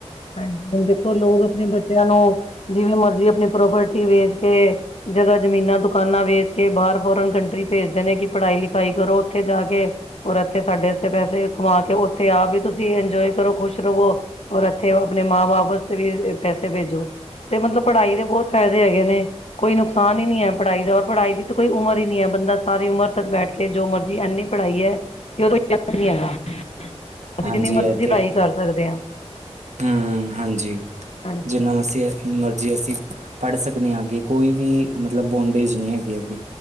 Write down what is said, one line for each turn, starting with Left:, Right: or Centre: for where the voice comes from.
Left: ਹਾਂਜੀ ਹੁਨ ਦੇਖੋ ਲੋਗ ਅਪਨੇ ਬੱਚੇਆਂ ਨੂੰ ਜਿਵੇਂ ਮਰਜ਼ੀ ਅਪਨੀ ਪ੍ਰੋਪਰਟੀ ਵੇਚ ਕੇ ਜਗ੍ਹਾ ਜਮੀਨਾਂ ਦੁਕਾਨਾਂ ਵੇਚ ਕੇ, ਬਾਰ ਫੋਰਨ ਕੰਟਰੀ ਭੇਜਦੇ ਨੇ ਕਿ ਪੜ੍ਹਾਈ ਲਿਖਾਈ ਕਰੋ ਓਥੇ ਜਾ ਕੇ। ਔਰ ਐਥੇ, ਸਾਡੇ ਐਥੇ ਪੈਸੇ ਕਮਾ ਕੇ ਓਥੇ ਆਪ ਈ ਤੁਸੀਂ ਇੰਜੋਏ ਕਰੋ ਖੁਸ਼ ਰਵੋ ਔਰ ਇ ਐਥੇ ਅਪਨੇ ਮਾਂ ਬਾਪ ਅਸਤੇ ਵੀ ਪੈਸੇ ਭੇਜੋ ਤੇ ਮਤਲਬ ਪੜ੍ਹਾਈ ਦੇ ਬੋਤ ਫ਼ਾਇਦੇ ਹੈਗੇ ਨੇ। ਕੋਈ ਨੁਕਸਾਨ ਈ ਨਹੀਂ ਐ, ਪੜ੍ਹਾਈ ਦਾ ਔਰ ਪੜ੍ਹਾਈ ਦੀ ਤਾਂ ਕੋਈ ਉਮਰ ਈ ਨੀ ਐ, ਬੰਦਾ ਸਾਰੀ ਉਮਰ ਤੱਕ ਬੈਠ ਕੇ ਜੋ ਮਰਜ਼ੀ ਐਨੀ ਪੜ੍ਹਾਈ ਐ ਕਿ ਓਦਾ <unintelligible> ਹੈਗਾ ਅਸੀ
Right: ਹਾਂਜੀ
Left: ਜਿੰਨੀ ਮਰਜ਼ੀ
Right: ਇਹ ਤਾਂ
Left: ਪੜ੍ਹਾਈ
Right: ਹੈ
Left: ਕਰ ਸਕਦੇ ਆ।
Right: ਹੂੰ, ਹਾਂਜੀ,
Left: ਹਾਂਜੀ
Right: ਜਿਨਾਂ ਅਸੀਂ ਅ ਮਰਜ਼ੀ ਅਸੀਂ ਪੜ੍ਹ ਸਕਨੇ ਆਂ ਅੱਗੇ ਕੋਈ ਵੀ ਮਤਲਬ ਬੌਂਡੇਜ਼ ਨੀ ਹੈਗੀ ਅੱਗੇ।